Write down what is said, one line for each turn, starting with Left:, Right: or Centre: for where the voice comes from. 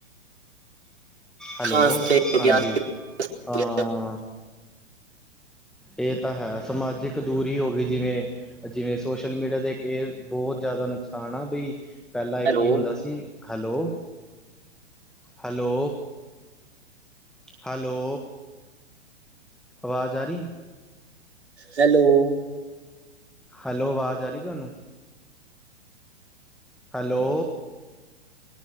Centre: ਹੈਲੋ,
Right: ਖਾਸ ਤੇ ਹੋ
Centre: ਹਾਂਜੀ,
Right: ਗਿਆ ਹੋ
Centre: ਹਾਂ।
Right: ਗਿਆ।
Centre: ਏ ਤਾਂ ਹੈ ਸਮਾਜਿਕ ਦੂਰੀ ਹੋ ਗੀ ਜਿਵੇਂ ਜਿਵੇਂ ਸੋਸ਼ਲ ਮੀੜੀਆ ਦੇ ਏਕ ਏ, ਬੋਤ ਜਾਦਾ ਨੁਕਸਾਨ ਆ ਬਈ ਪੈਲਾਂ ਏ
Right: ਹੈਲੋ
Centre: ਕੀ ਹੁੰਦਾ ਸੀ, ਹੈਲੋ, ਹੈਲੋ ਹਾਲੋ ਆਵਾਜ ਆ ਰੀ?
Right: ਹੈਲੋ
Centre: ਹੈਲੋ ਵਾਜ ਆ ਰੀ ਤੁਹਾਨੂੰ? ਹੈਲੋ,